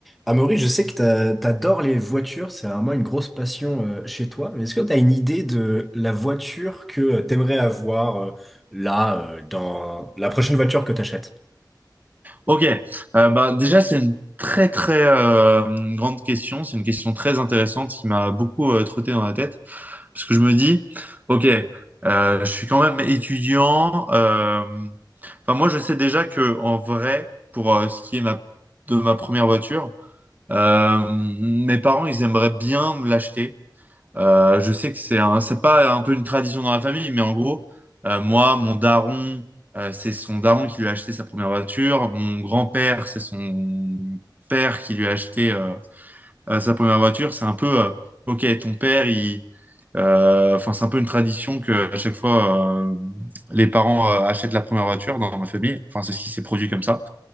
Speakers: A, in the centre; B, on the right.
A: Amaury, je sais que t'a- t'adores les voitures, c'est vraiment une grosse passion euh, chez toi, mais est-ce que t'as une idée de la voiture que euh, t'aimerais avoir euh, là, euh, dans la prochaine voiture que t'achètes?
B: Ok, Euh, bah, déjà c'est une très très euh, grande question, c'est une question très intéressante qui m'a beaucoup euh, trotté dans la tête, parce que je me dis, ok, euh, je suis quand même étudiant, euh, enfin moi je sais déjà que en vrai, pour euh, ce qui est ma, de ma première voiture, euh, mes parents ils aimeraient bien me l'acheter, euh, je sais que c'est un, c'est pas un peu une tradition dans la famille, mais en gros, euh, moi, mon daron, euh, c'est son daron qui lui a acheté sa première voiture. Mon grand-père, c'est son père qui lui a acheté euh, euh, sa première voiture. C'est un peu, euh, ok, ton père, il, euh, enfin, c'est un peu une tradition que à chaque fois, euh, les parents euh, achètent la première voiture dans ma famille. Enfin, c'est ce qui s'est produit comme ça